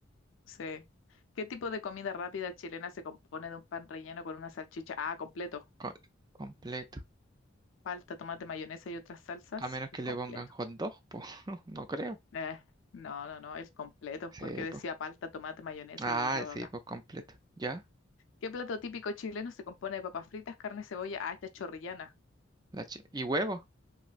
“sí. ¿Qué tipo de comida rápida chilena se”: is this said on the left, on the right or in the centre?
Left